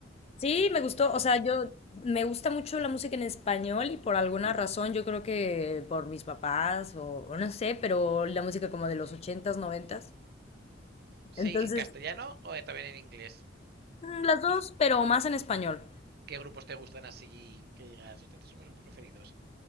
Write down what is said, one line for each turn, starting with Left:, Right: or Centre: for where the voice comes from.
Left: Sí, me gustó, o sea, yo me gusta mucho la música en español y por alguna razón, yo creo que por mis papás o, o no sé, pero la música como de los ochentas, noventas.
Right: Sí,
Left: Entonces,
Right: en castellano o eh, también en inglés.
Left: mm, las dos, pero más en español.
Right: ¿Qué grupos te gustan así que digas, hostia, estos son mis grupos preferidos?